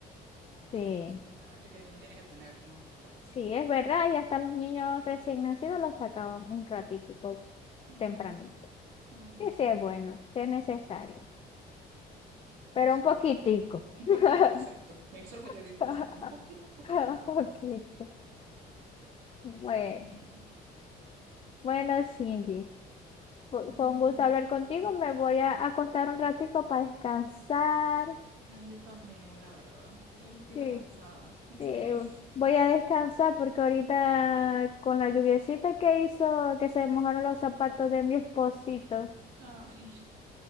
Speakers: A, on the left; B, on the right.
A: Sí,
B: supuestamente que uno tiene que tener, ¿no? Pero,
A: sí, es verdad. Y hasta los niños recién nacidos los sacaban un ratitico
B: ujú,
A: tempranito.
B: ujú,
A: Que sí es bueno,
B: sí,
A: sí es necesario, pero
B: exacto.
A: un poquitico.
B: Un
A: <laughs>
B: poquito, exacto. Eso es lo que te estoy
A: <laughs>
B: diciendo, un poquito, un poquito nada
A: Un poquito.
B: más.
A: Bueno,
B: Ay,
A: bueno, Cindy, fu-
B: mm,
A: fue un gusto hablar contigo. Me voy a acostar un ratico para descansar.
B: ay, yo también, la verdad. Estoy un poquito
A: Sí,
B: cansada.
A: sí,
B: Sí.
A: voy a descansar porque ahorita con la lluviecita que hizo, que se mojaron los zapatos de mi esposito,
B: <laughs> Ay,